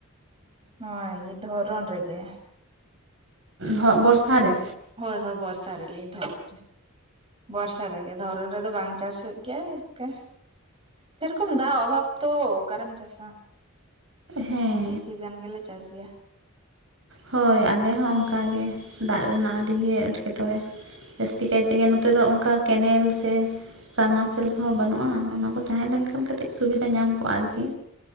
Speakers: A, on the right; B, on the right.
A: ᱱᱚᱣᱟᱭ ᱤᱭᱟᱹ ᱫᱷᱚᱨᱚᱱ ᱨᱮᱜᱮ᱾
B: ᱦᱚᱸᱜ ᱵᱷᱚᱨᱥᱟ ᱨᱮ?
A: ᱦᱳᱭ ᱦᱳᱭ ᱵᱚᱨᱥᱟ ᱨᱮᱞᱤᱧ <unintelligible> ᱨᱮ ᱵᱚᱨᱥᱟ ᱨᱮᱜᱮ ᱫᱷᱚᱨᱚᱢ ᱨᱮᱫᱚ ᱵᱟᱝ ᱪᱟᱥ ᱦᱩᱭᱩᱜ ᱜᱮᱭᱟ ᱮᱠᱟᱹ ᱥᱮᱨᱚᱠᱚᱢ ᱫᱟᱜ ᱚᱵᱷᱟᱵ ᱛᱚ ᱚᱠᱟᱨᱮᱢ ᱪᱟᱥᱟ
B: ᱦᱮᱸ
A: ᱢᱤᱫ ᱥᱤ ᱡᱟᱱ ᱜᱮᱞᱮ ᱪᱟᱥ ᱜᱮᱭᱟ᱾
B: ᱦᱳᱭ ᱟᱞᱮ ᱦᱚᱸ ᱚᱝᱠᱟ ᱜᱮ ᱫᱟᱜ ᱨᱮᱱᱟᱜ ᱟᱹᱰᱤ ᱜᱮ ᱮᱴᱠᱮᱴᱚᱬᱮ ᱡᱟᱹᱥᱛᱤ ᱠᱟᱭ ᱛᱮᱜᱮ ᱱᱚᱛᱮ ᱫᱚ ᱚᱝᱠᱟ ᱠᱮᱱᱮᱞ ᱥᱮ ᱥᱟᱢ ᱢᱟᱨᱥᱮᱞ ᱠᱚᱦᱚᱸ ᱵᱟᱹᱱᱩᱜ-ᱟ, ᱚᱱᱟ ᱠᱚ ᱛᱟᱦᱮᱸ ᱞᱮᱱ ᱠᱷᱟᱱ ᱠᱟᱹᱴᱤᱡ ᱥᱩᱵᱤᱫᱟ ᱧᱟᱢ ᱠᱚᱜᱟ ᱟᱨᱠᱤ᱾